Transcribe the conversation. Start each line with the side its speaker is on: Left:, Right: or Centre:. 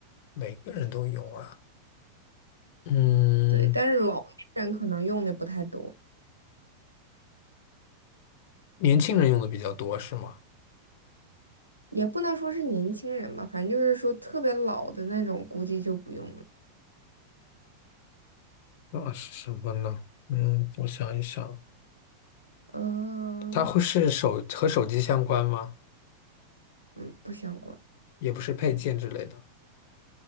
Left: 每个人都用啊。嗯，
Right: 对，但是老年人可能用的不太多，
Left: 年轻人用的比较多是吗？
Right: 也不能说是年轻人吧，反正就是说特别老的那种，估计就不用了。
Left: 那是什么呢？嗯，我想一想，
Right: 嗯
Left: 它会是手和手机相关吗？
Right: 嗯，不相关，
Left: 也不是配件之类的。